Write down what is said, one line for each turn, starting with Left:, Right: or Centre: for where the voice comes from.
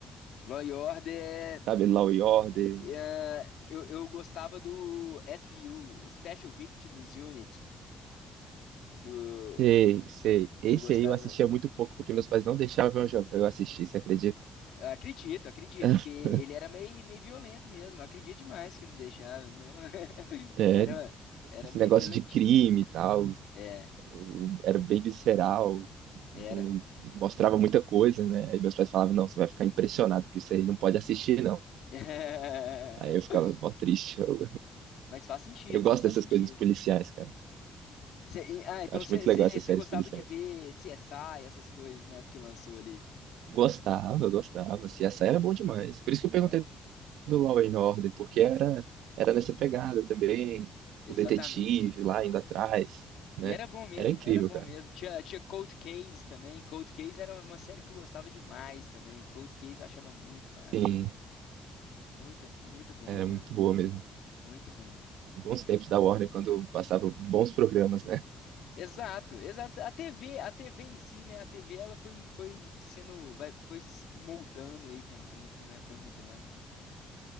Left: Law and Order,
Right: sabe? Law e Order.
Left: é, eu, eu gostava do SVU, Special Victims Unit, do,
Right: Sei, sei. Esse
Left: eu gostava.
Right: aí eu assistia muito pouco, porque meus pais não deixavam eu jo- eu assistir, você acredita?
Left: Eu acredito, eu acredito,
Right: <laughs>
Left: porque ele era meio, meio violento mesmo. Eu acredito demais que não deixava. Não... <laughs>
Right: É,
Left: Era, era
Right: esse
Left: meio
Right: negócio
Left: violentinho
Right: de crime
Left: mesmo.
Right: e tal.
Left: É,
Right: Eu era bem visceral, não
Left: era.
Right: mostrava muita coisa, né? Aí meus pais falavam, não, você vai ficar impressionado que isso aí não pode assistir, não.
Left: <laughs>
Right: Aí eu ficava mó triste. Eu,
Left: Mas faz sentido,
Right: eu gosto
Left: mas faz
Right: dessas
Left: sentido,
Right: coisas policiais,
Left: mano.
Right: cara.
Left: Cê- e- ah, então
Right: Eu acho
Left: você
Right: muito legal essas séries
Left: gostava
Right: policiais.
Left: de ver CSI, essas coisas, né? Porque lançou ali.
Right: Gostava, gostava. Assim, essa era bom demais. Por isso que eu
Left: É,
Right: perguntei do Law and Order, porque era, era nessa pegada também.
Left: exatamente.
Right: O detetive lá indo atrás, né?
Left: E era bom mesmo,
Right: Era incrível,
Left: era bom
Right: cara.
Left: mesmo. Tinha, tinha Cold Case também. Cold Case era uma série que eu gostava demais também. Cold Case eu achava muito massa.
Right: Sim,
Left: Muito, muito bom,
Right: era
Left: mano.
Right: muito boa mesmo.
Left: Muito bom.
Right: Bons tempos da Warner, quando passava bons programas, né?
Left: Exato, exato. A TV, a TV em si, né? A TV ela foi, foi sendo, vai, foi se moldando aí com o tempo, né? Foi mudando.